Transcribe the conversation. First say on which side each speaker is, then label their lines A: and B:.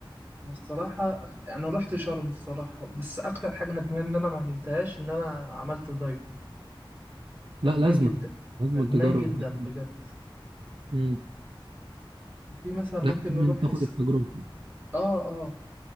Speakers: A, on the right; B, on the right.
A: أنا الصراحة أخ- أنا رحت شرم الصراحة بس أكتر حاجة ندمان إن أنا ما عملتهاش إن أنا عملت دايف ندمان
B: لا لازم
A: جدا
B: لازم
A: ندمان
B: تجرب
A: جدا
B: بصراحه
A: بجد
B: امم
A: في مثلا ممكن
B: لا لازم
A: نروح
B: تاخد
A: حس
B: التجربه
A: آه آه